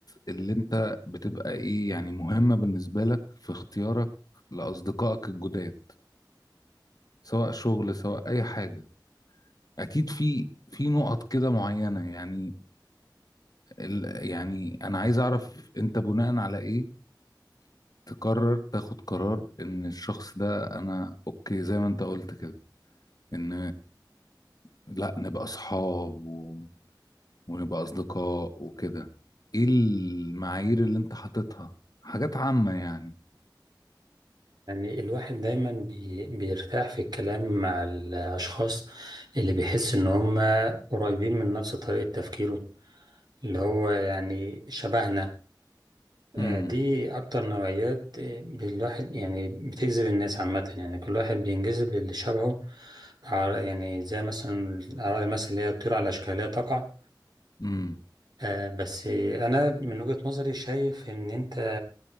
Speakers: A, on the left; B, on the right.
A: اللي انت بتبقى ايه يعني مهمة بالنسبة لك في اختيارك لأصدقائك الجداد سواء شغل سواء اي حاجة اكيد في في نقط كده معينة يعني ال يعني انا عايز اعرف انت بناء على ايه تقرر تاخد قرار ان الشخص ده انا اوكي زي ما انت قلت كده ان لا نبقى اصحاب و... ونبقى اصدقاء وكده ايه المعايير اللي انت حاططها حاجات عامة يعني
B: يعني الواحد دايما بي بيرتاح في الكلام مع الأشخاص اللي بيحس إن هم قريبين من نفس طريقة تفكيره اللي هو يعني شبهنا آه،
A: امم
B: دي أكتر نوعيات آه، الواحد يعني بتجذب الناس عامة يعني كل واحد بينجذب للي شبهه عر- يعني زي مثلا الأعراض مثلا اللي هي الطيور على أشكالها تقع
A: امم
B: آه، بس أنا من وجهة نظري شايف إن أنت